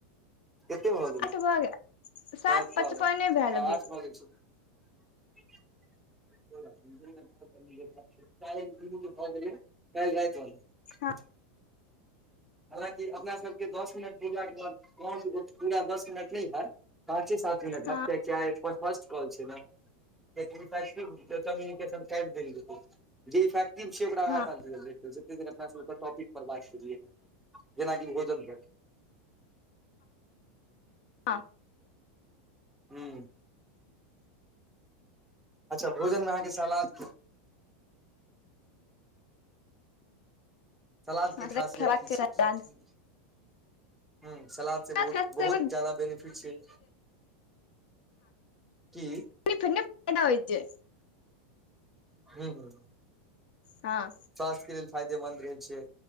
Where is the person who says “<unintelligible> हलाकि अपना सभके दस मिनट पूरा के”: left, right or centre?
Centre